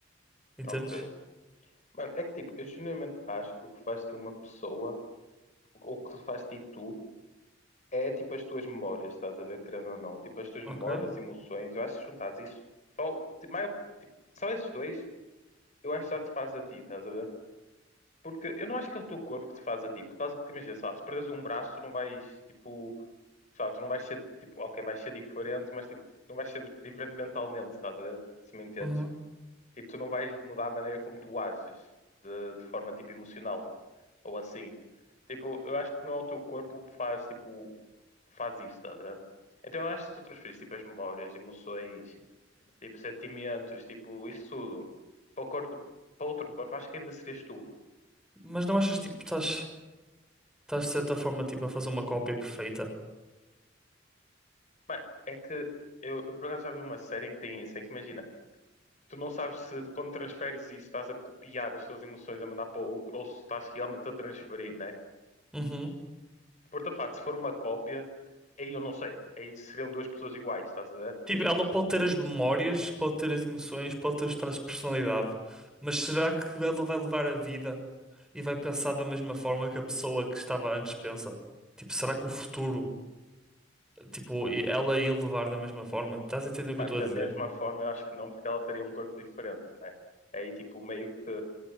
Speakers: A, in the centre; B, on the left (about 40°).
A: entendes?
B: ok. Mano, é que tipo, eu genuinamente acho que o que faz de uma pessoa, ou o que faz de tu, é tipo as tuas memórias, estás a ver, querendo ou não. Tipo as tuas
A: Ok.
B: memórias, emoções, eu acho que juntares isso, só, tipo, maior, tipo, só esses dois, eu acho que já te faz a ti, estás a ver? Porque eu não acho que é o teu corpo que te faz a ti, por causa que, imagina, sei lá, se perdes um braço, tu não vais, tipo sei lá, tu não vais ser tipo, ok, vais ser diferente, mas tipo, não vais ser diferente mentalmente, estás a ver? Se me entendes?
A: Uhum.
B: Tipo, tu não vais mudar a maneira como tu ages de, de forma tipo emocional ou assim. Tipo, eu acho que não é o teu corpo que faz tipo, que faz isso, estás a ver? Então eu acho que se tu transferires tipo as memórias, emoções, tipo sentimentos, tipo isso tudo para o corpo, para outro corpo, acho que ainda serias tu.
A: Mas não achas tipo estás estás de certa forma tipo a fazer uma cópia perfeita?
B: mas é que eu, eu por acaso já vi uma série em que tem isso, em que imagina tu não sabes se quando transferes isso estás a copiar as tuas emoções a mandar para o outro ou se estás realmente a transferir, né?
A: Uhum.
B: Porque, de facto, se for uma cópia, aí eu não sei. Aí seriam duas pessoas iguais, estás a ver?
A: Tipo, ela pode ter as memórias, pode ter as emoções, pode ter os traços de personalidade, mas será que ela vai levar a vida e vai pensar da mesma forma que a pessoa que estava antes pensa? Tipo, será que o futuro, tipo, ela ia levar da mesma forma? Estás a entender o que
B: Mas
A: eu estou
B: da
A: a dizer?
B: mesma forma eu acho que não, porque ela teria um corpo diferente, né? Aí tipo meio que.